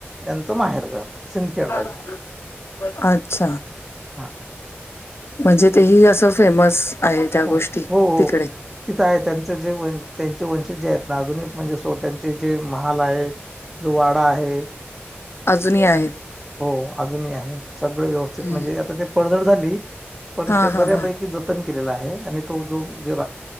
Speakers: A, in the centre; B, on the left.
A: यांचं माहेरघर. सिंदखेड
B: <inaudible>
A: राजा
B: अच्छा!
A: हा
B: म्हणजे तेही असं फेमस आहे त्या गोष्टी
A: हो हो हो.
B: तिकडे
A: तिथं आहे त्यांच जे त्यांचे वंशज जे आहेत ना अजूनही म्हणजे सो त्यांचे जे महाल आहेत. जो वाडा आहे.
B: अजूनही आहेत.
A: हो अजूनही आहेत, सगळं व्यवस्थित
B: हम्म.
A: म्हणजे आता ते पडझड झाली पण
B: हा
A: ते
B: हा
A: बऱ्यापैकी
B: हा
A: ज- तन केलेला आहे, आणि तो जो ज